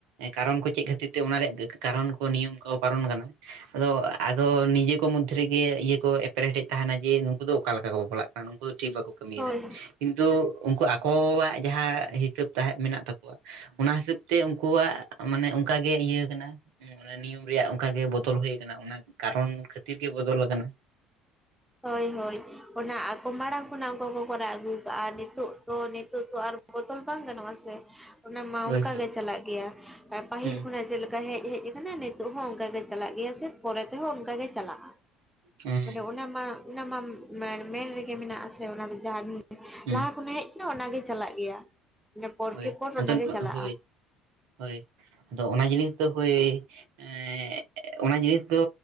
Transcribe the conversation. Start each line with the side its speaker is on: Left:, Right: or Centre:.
Right: ᱠᱟᱨᱚᱱ ᱠᱚ ᱪᱮᱫ ᱠᱷᱟᱹᱛᱤᱨ ᱛᱮ ᱚᱱᱟ ᱨᱮᱭᱟᱜ ᱠᱟᱨᱚᱱ ᱠᱚ ᱱᱤᱭᱚᱢ ᱠᱚ ᱯᱟᱨᱚᱱ ᱠᱟᱱᱟ᱾ ᱟᱫᱚ ᱟᱫᱚ ᱱᱤᱡᱮ ᱠᱚ ᱢᱚᱫᱽᱫᱷᱮ ᱨᱮᱜᱮ ᱤᱭᱟᱹ ᱠᱚ ᱮᱯᱮᱨᱦᱮᱴᱰᱮᱡ ᱛᱟᱦᱮᱸᱱᱟ ᱡᱮ ᱫᱚ ᱚᱠᱟ ᱞᱮᱠᱟ ᱠᱚ ᱵᱟᱯᱞᱟᱜ ᱠᱟᱱᱟ ᱩᱱᱠᱩ ᱫᱚ ᱴᱷᱤᱠ ᱵᱟᱠᱚ ᱠᱟᱹᱢᱤ
Centre: ᱦᱳᱭ
Right: ᱫᱟ, ᱠᱤᱱᱛᱩ ᱩᱱᱠᱩ ᱟᱠᱚᱣᱟᱜ ᱡᱟᱦᱟᱸ ᱦᱤᱥᱟᱹᱵ ᱛᱟᱦᱮᱸᱫ ᱢᱮᱱᱟᱜ ᱛᱟᱠᱚᱣᱟ ᱚᱱᱟ ᱦᱤᱥᱟᱹᱵ ᱛᱮ ᱩᱱᱠᱩᱣᱟᱜ ᱢᱟᱱᱮ ᱚᱱᱠᱟᱜᱮ ᱤᱭᱟᱹ ᱠᱟᱱᱟ᱾ ᱚᱱᱟ ᱱᱤᱭᱚᱢ ᱨᱮᱭᱟᱜ ᱚᱱᱠᱟ ᱜᱮ ᱵᱚᱫᱚᱞ ᱦᱳᱭ ᱠᱟᱱᱟ ᱚᱱᱟ ᱠᱟᱨᱚᱱ ᱠᱷᱟᱹᱛᱤᱨ ᱜᱮ ᱵᱚᱫᱚᱞ ᱞᱟᱠᱟᱱᱟ
Centre: ᱦᱳᱭ ᱦᱳᱭ ᱚᱱᱟ ᱟᱠᱚ ᱢᱟᱲᱟᱝ ᱠᱷᱚᱱᱟᱜ ᱚᱱᱠᱟ ᱠᱚ ᱠᱚᱨᱟᱣ ᱟᱹᱜᱩ ᱠᱟᱜ-ᱟ ᱱᱤᱛᱚᱜ ᱛᱚ ᱱᱤᱛᱚᱜ ᱛᱚ ᱟᱨ ᱵᱚᱫᱚᱞ ᱵᱟᱝ ᱜᱟᱱᱚᱜ-ᱟ ᱥᱮ ᱚᱱᱟ ᱢᱟ
Right: ᱦᱳᱭ
Centre: ᱚᱱᱠᱟ
Right: ᱦᱳᱭ
Centre: ᱜᱮ ᱪᱟᱞᱟᱜ ᱜᱮᱭᱟ ᱮ ᱯᱟᱹᱦᱤᱞ
Right: ᱦᱩᱸ
Centre: ᱠᱷᱚᱱᱟᱜ ᱡᱮᱞᱮᱠ ᱠᱟ ᱦᱮᱡ ᱦᱮᱡ ᱠᱟᱱᱟ ᱱᱤᱛᱚᱜ ᱦᱚ ᱚᱱᱠᱟᱜᱮ ᱪᱟᱞᱟᱜ ᱜᱮᱭᱟ ᱥᱮ ᱯᱚᱨᱮ ᱛᱮᱦᱚ ᱚᱱᱠᱟᱜ ᱜᱮ ᱪᱟᱞᱟᱜ-ᱟ᱾
Right: ᱦᱩᱸ
Centre: ᱢᱟᱱᱮ ᱚᱱᱟ ᱢᱟ ᱚᱱᱟ ᱢᱟ ᱢᱮᱱ ᱢᱮᱱ ᱨᱮᱜᱮ ᱢᱮᱱᱟᱜ ᱟᱥᱮ ᱚᱱᱟ ᱫᱚ ᱡᱟᱦᱟᱸ ᱜᱤ
Right: ᱦᱩᱸ
Centre: ᱞᱟᱦᱟ ᱠᱷᱚᱱᱟᱜ ᱦᱮᱡ ᱠᱟᱱᱟ ᱚᱱᱟᱜᱮ ᱪᱟᱞᱟᱜ ᱜᱮᱭᱟ ᱢᱟᱱᱮ ᱯᱚᱨ
Right: ᱦᱳᱭ
Centre: ᱠᱮ ᱯᱚᱨ
Right: ᱟᱫᱚ
Centre: ᱚᱱᱟᱜᱮ ᱪᱟᱞᱟᱜ-ᱟ᱾
Right: ᱦᱳᱭ ᱦᱳᱭ ᱫᱚ ᱚᱱᱟ ᱡᱤᱱᱤᱥ ᱫᱚ ᱦᱳᱭ ᱮᱻ ᱚᱱᱟ ᱡᱤᱱᱤᱥ ᱫᱚ